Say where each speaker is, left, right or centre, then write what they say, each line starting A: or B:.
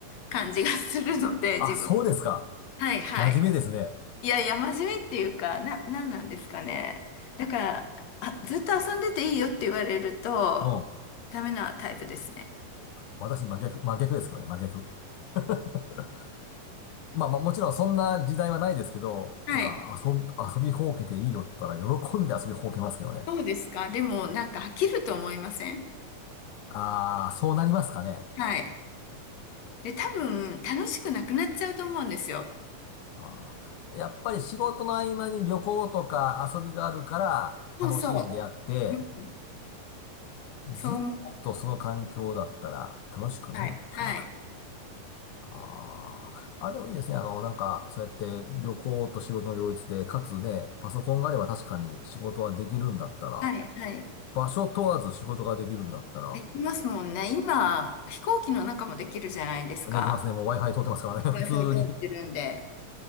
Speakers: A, on the left (about 60°); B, on the left (about 75°).
A: 感じがするので、
B: あ、
A: <laughs> 自分。
B: そうですか。
A: はいはい。
B: 真面目ですね。
A: いやいや、真面目っていうか、な、なんなんですかね。だから、あ、ずっと遊んでていいよって言われると、
B: うん。
A: ダメなタイプですね。
B: 私真逆、真逆ですけどね、真逆。<laughs> まあまあもちろんそんな時代はないですけど、
A: はい。
B: 今遊び、遊びほうけていいよって言ったら喜んで遊びほうけますけどね。
A: そうですか。でも、なんか飽きると思いません
B: ああ、そうなりますかね。
A: はい。で、多分、楽しくなくなっちゃうと思うんですよ。
B: あーやっぱり仕事の合間に旅行とか遊びがあるか
A: そうそう。
B: ら楽しんであって、
A: うんそう思
B: ずっとその環境だったら楽しくないかな。
A: う。はい。はい。
B: あーあ、でもいいですね。あの、なんか、そうやって旅行と仕事の両立で、かつね、パソコンがあれば確かに仕事はできるんだったら、
A: はい。はい。
B: 場所問わず仕事ができるんだったら、
A: できますもんね。今、飛行機の中もできるじゃないですか。
B: できますね。もう Wi-Fi 通ってますからね。<laughs> 普通に。
A: Wi-Fi 通ってるんで。